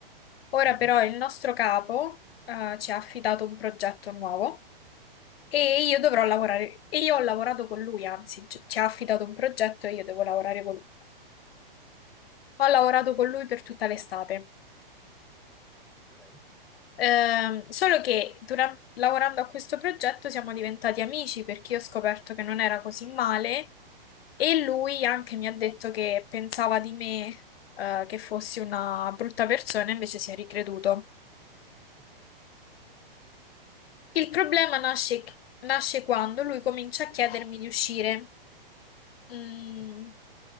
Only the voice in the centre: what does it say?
Mhm.
Ok,
ok.
Mm,